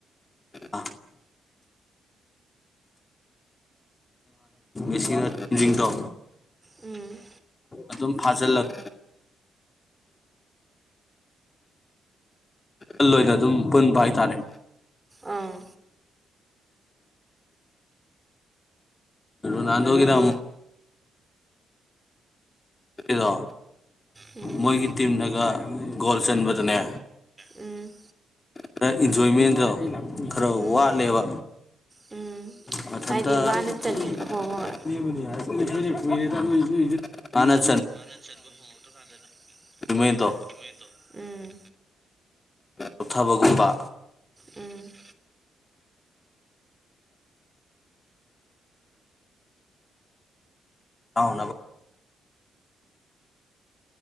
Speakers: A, on the left; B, on the right.
A: ꯃꯥꯅꯦ ꯏꯁꯤꯡꯅ ꯇꯦꯟꯖꯔꯤꯤꯡ ꯇꯣ
B: ꯎꯝ
A: ꯑꯗꯨꯝ ꯐꯥꯖꯤꯜꯂꯛ ꯑꯜ ꯑꯣꯏꯅ ꯑꯗꯨꯝ ꯄꯨꯟꯕ ꯍꯥꯏꯇꯥꯔꯦ
B: ꯑꯥ
A: ꯅꯥꯟ ꯍꯒꯗ ꯗꯣ
B: ꯎꯝ
A: ꯃꯣꯏꯒꯤ ꯇꯤꯝꯅꯒ ꯒꯣꯜ ꯆꯟꯕꯗꯅꯦ
B: ꯎꯝ
A: ꯈꯔ ꯏꯟꯖꯣꯏꯃꯦꯟꯗꯣ ꯈꯔ
B: ꯎꯝ
A: ꯋꯥꯠꯂꯦꯕ
B: ꯎꯝ
A: ꯑꯊꯗꯕꯅꯤ
B: ꯍꯥꯏꯗꯤ ꯃꯥꯅ ꯆꯟꯅꯤꯡ ꯍꯣꯏ
A: ꯍꯥꯏ
B: ꯍꯣꯏ
A: ꯑ
B: ꯅ ꯆꯟꯕ ꯐꯪꯉꯛꯇ꯭ꯔ ꯀꯥꯟꯗꯅꯃꯗꯣ
A: ꯃꯦꯟꯗꯣ
B: ꯎꯝ
A: ꯀꯞꯊꯕꯒꯨꯝꯕ
B: ꯎꯝ
A: ꯑꯥꯎꯅꯕ